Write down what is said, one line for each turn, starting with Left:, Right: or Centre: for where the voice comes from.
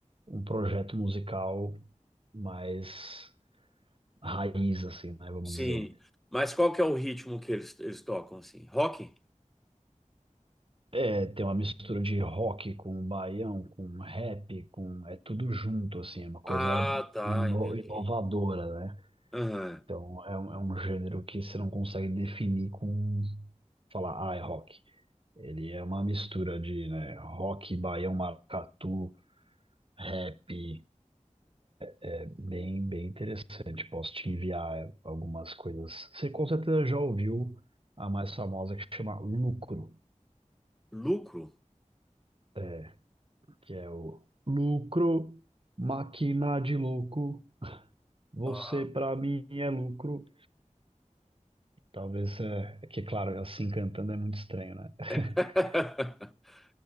Right: um projeto musical mais raiz, assim, né, vamos
Centre: Sim.
Right: dizer.
Centre: Mas qual que é o ritmo que eles, eles tocam, assim? Rock?
Right: É, tem uma mistura de rock com baião, com rap, com... É tudo junto, assim, é uma coisa
Centre: Ah, tá,
Right: ino-
Centre: entendi.
Right: inovadora, né?
Centre: Aham.
Right: Então, é um, é um gênero que você não consegue definir com... Falar, ah, é rock. Ele é uma mistura de, né, rock, baião, maracatu, rap. É bem, bem interessante. Posso te enviar algumas coisas. Você com certeza já ouviu a mais famosa que chama Lucro.
Centre: Lucro?
Right: É, que é o lucro, máquina de louco, você
Centre: Ah.
Right: pra mim é lucro. Talvez é, é que, claro, assim cantando é muito estranho, né? <laughs>
Centre: <laughs>